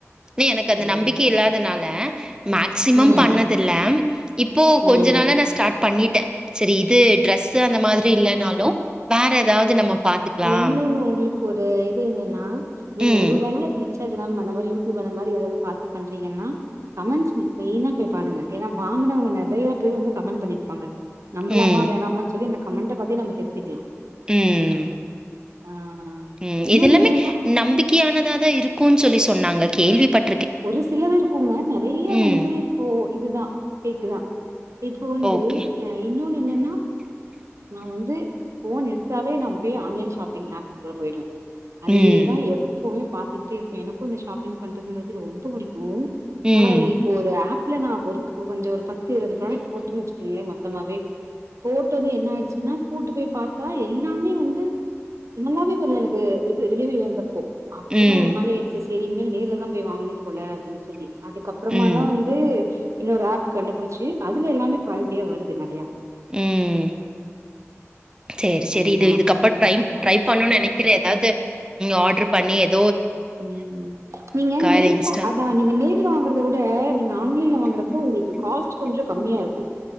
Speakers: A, on the right (about 15°); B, on the right (about 75°).
A: <unintelligible> எனக்கு அந்த
B: ஓகே.
A: நம்பிக்க இல்லாதனால மேக்சிமம்
B: ம்,
A: பண்ணதில்ல இப்போ கொஞ்ச
B: ம்.
A: நாள நான் ஸ்டார்ட் பண்ணிட் ட்ட சரி இது ட்ரெஸ் <unintelligible> அந்த மாதிரி இல்லனாலும் வேற எதாவது நம்ம பாத்துக்கலாம்.
B: என்னன்னு உங்களுக்கு ஒரு இது என்னன்னா நீங்க
A: ம்,
B: ஒரு வேல இன்ஸ்டாக்ராம் அந்த மாரி யூடியூப் அந்த மாரி எதாவது பாத்து பண்றீங்கன்னா கமெண்ட்ஸ் ம் மெய்னா கேக் பாருங்க ஏனா வாங்குனவங்க நெறைய பேரு வந்து கமெண்ட் பண்ணிருப்பாங்க நம்பளமா
A: ம்,
B: வேணாமன்னு சொல்லி இந்த கமெண்ட பாத்தே நம்ம தெரிஞ்சிக்கலா
A: ம்
B: ஆ
A: ம்
B: இன்னொன்னு
A: இதெல்லாமே
B: என்னன்னா
A: நம்பிக்கையானதா தா இருக்கும்னு சொல்லி சொ சொன்னாங்க கேள்விப்பட்
B: ஒரு சிலதுயிருக்கோங்க நெறைய
A: ம்.
B: வந்து இப்போ இதுதா ஃபேக்கு தான் இப்போ வந்து
A: ஓகே.
B: இன்னோன்னு என்னன்னா நா வந்து போன் எடுத்தாவே நா போய் ஆன்லைன் ஷாப்பிங் ஆப்குள்ள போயிடுவே அதேதா
A: ம்.
B: எப்பவும் பார்த்துக்கிட்டே இருக்கே எனக்கு இந்த ஷாப்பிங் பண்றது <unintelligible> ரொம்ப புடிக்கோ
A: ம்.
B: ஆனா இப்போ ஒரு ஆப்ல நா ஒர்க் <unintelligible> பத்து இருவது ப்ராடக்ட் போட்டன்னு வச்சிக்கீங்களே மொத்தமாவே போட்டது என்ன ஆயிடுச்சுன்னா கூட்டு போய் பார்த்தா எல்லாமே வந்து நல்லாவே வரல எனக்கு இது டெலிவரி வந்தப்போ அப்பதா
A: ம்.
B: ஒரு மாரி ஆடுச்சு ஸ் செரி இனிமேல் நேர்ல தா போய் வாங்கனும் போல அப்டின்னு சொல்லி அதுக்கப்புறமா
A: ம்.
B: தா வந்து இன்னொரு ஆப் கண்டுபிடிச்சு அதுல எல்லாமே க்வாலிட்டியா வருது நறையா
A: ம் செரி-செரி
B: அதேதா
A: இது இதுக்கப்புறோ
B: அந்த மாரிதா
A: ட்ரை பண்ணநோன்னு நினைக்கிற ஏதாவது ஆர்டரு பண்ணியத்
B: ம் நீங்க நேர்ல
A: இல்ல இன்ஸ்டால்
B: அதா நீங்க நேர்ல வாங்குறதவிட நீங்க ஆன்லைன்ல வாங்குறப்போ உங்களுக்கு காஸ்ட் கொஞ்சோ கம்மியாயிருக்கோ